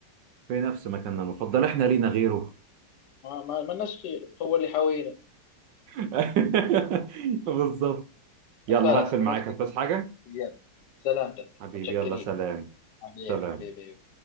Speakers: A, on the right; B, on the left.
A: في نفس مكاننا المفضل احنا لينا غيره
B: ما ما ما لناش خير هو اللي حاوينا
A: <laughs> بالظبط يلا
B: خلاص
A: هقفل
B: بنلتقي
A: معاك هتبس حاجه
B: يلا سلامتك
A: حبيبي
B: متشكرين
A: يلا سلام
B: حبيبي
A: سلام
B: حبيبي